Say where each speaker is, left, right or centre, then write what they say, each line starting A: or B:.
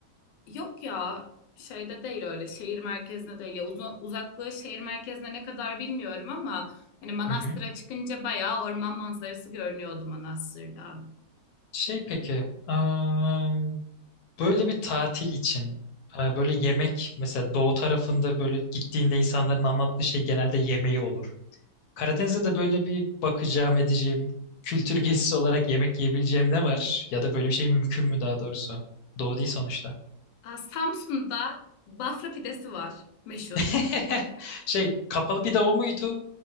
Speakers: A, on the left; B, on the left.
A: Yok ya şeyde değil öyle şehir merkezine değil ya uzun, uzaklığı şehir merkezine ne kadar bilmiyorum ama hani Manastır'a
B: Hı hı.
A: çıkınca bayağı orman manzarası görünüyordu Manastır'dan.
B: Şey peki, am, böyle bir tatil için e, böyle yemek mesela doğu tarafında böyle gittiğinde insanların anlattığı şey genelde yemeği olur. Karadeniz'de de böyle bir bakacağım edeceğim kültür gezisi olarak yemek yiyebileceğim ne var? Ya da böyle bir şey mümkün mü daha doğrusu? Doğu değil sonuçta.
A: Aa, Samsun'da Bafra pidesi var meşhur.
B: <laughs> Şey kapalı pide o muydu?